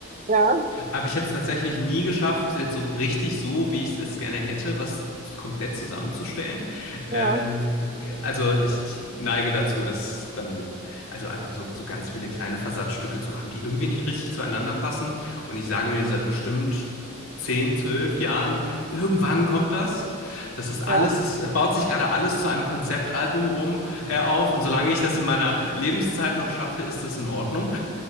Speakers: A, on the right; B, on the left.
A: Ja,
B: aber ich habe es tatsächlich nie geschafft, jetzt so richtig so, wie ich das gerne hätte, was komplett zusammenzustellen. Ähm,
A: ja,
B: also ich, ich neige dazu, dass dann, also einfach so, so ganz viele kleine Versatzstücke zu haben, die irgendwie nicht richtig zueinander passen. Und ich sage mir seit bestimmt 10, 12 Jahren, irgendwann kommt das. Das ist alles,
A: ja.
B: das baut sich gerade alles zu einem Konzeptalbum rum, äh, auf. Und solange ich das in meiner Lebenszeit noch schaffe, ist das in Ordnung.